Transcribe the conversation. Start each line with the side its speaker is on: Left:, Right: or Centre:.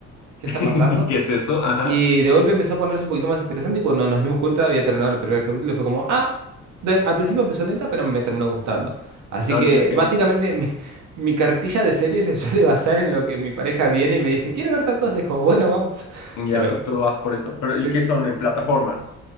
Right: ¿qué
Left: <laughs>
Right: está pasando?
Left: ¿Qué es eso? Ajá.
Right: Y de golpe empezó a ponerse un poquito más interesante y cuando nos dimos cuenta había terminado el primer capítulo y fue como, ah, de- al principio empezó lenta, pero me terminó gustando. Así
Left: Ok,
Right: que
Left: ok.
Right: básicamente <laughs> mi, mi cartilla de series se suele basar en lo que mi pareja viene y me dice, quiero ver tal cosa. Y es como, bueno, vamos. <laughs>
Left: Ya
Right: Pero
Left: tú, tú vas por eso. Pero, ¿y
Right: eh,
Left: qué son en plataformas?